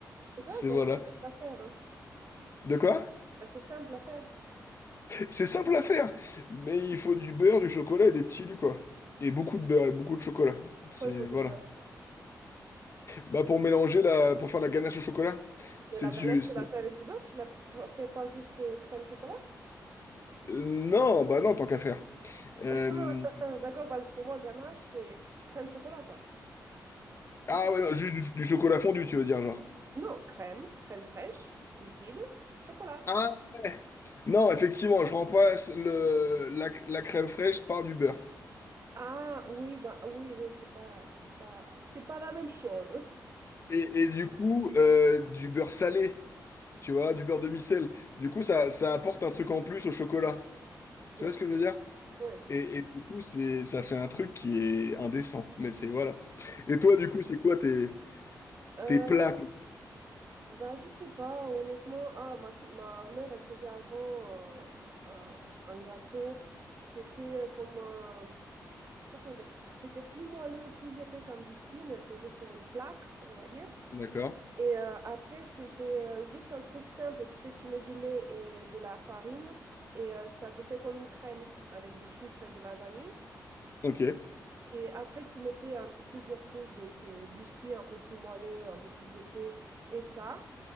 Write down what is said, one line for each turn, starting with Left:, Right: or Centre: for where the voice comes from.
Right: Mais ça,
Left: c'est
Right: c'est
Left: voilà.
Right: vrai, c'est facile à faire.
Left: De quoi?
Right: C'est assez simple à faire.
Left: C'est simple à faire, mais il faut du beurre, du chocolat et des petits lus, quoi. Et beaucoup de beurre et beaucoup de chocolat.
Right: Pourquoi
Left: C'est,
Right: il faut du
Left: voilà.
Right: beurre?
Left: Bah pour mélanger la, pour faire la ganache au chocolat,
Right: Mais
Left: c'est
Right: la
Left: du,
Right: ganache, tu
Left: c'est-
Right: la fais avec du beurre? Tu la p- p- fais pas juste euh, crème chocolat?
Left: euh, non, bah non, tant qu'à faire. Euh,
Right: <laughs> D'accord, parce que pour moi, ganache, c'est crème chocolat, quoi.
Left: Ah
Right: C'est tout.
Left: ouais, non, juste du, du chocolat fondu, tu veux dire, genre.
Right: Non, crème, crème fraîche, liquide, chocolat.
Left: Ah ouais. non, effectivement, je remplace le, la, la crème fraîche par du beurre.
Right: Ah oui, bah oui, oui, c'est pas, c'est pas, c'est pas la même chose.
Left: Et, et du coup, euh, du beurre salé, tu vois, du beurre demi-sel. Du coup,
Right: Mhm.
Left: ça, ça apporte un truc en plus au chocolat.
Right: Bien
Left: Tu vois
Right: sûr,
Left: ce que je veux dire?
Right: oui.
Left: Et, et du coup, c'est, ça fait un truc qui est indécent. Mais c'est, voilà. Et toi, du coup, c'est quoi tes,
Right: Euh,
Left: tes plats comme ça?
Right: bah je sais pas, honnêtement. Ah, ma, sou- ma mère, elle faisait avant euh, euh, un gâteau. C'était euh, comme un je sais pas comment dire, c'était plus moelleux, plus épais comme biscuit, mais elle faisait sur une plaque, on va dire.
Left: D'accord.
Right: Et euh, après, c'était euh, juste un truc simple, tu sais, tu mets du lait et de la farine et euh, ça te fait comme une crème avec du sucre et de la vanille.
Left: Ok.
Right: Et après, tu mettais entre plusieurs couches de ce biscuit un peu plus moelleux, un peu plus épais et ça.